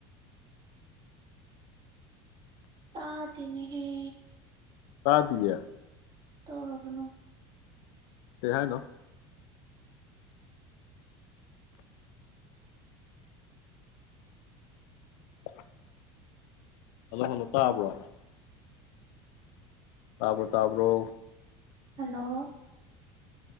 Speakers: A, on the right; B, on the left.
A: ꯇꯥꯗꯦꯅꯦꯍꯦ!
B: ꯇꯥꯗꯤꯌꯦ?
A: ꯇꯧꯔꯒꯅꯨ꯫
B: ꯀꯩ ꯍꯥꯏꯅꯣ? <inaudible> ꯍꯜꯂꯣ - ꯍꯜꯂꯣ ꯇꯥꯕ꯭ꯔꯣ? ꯇꯥ ꯕꯔꯣ - ꯇ꯭ꯕꯔꯣ?
A: ꯍꯜꯂꯣ!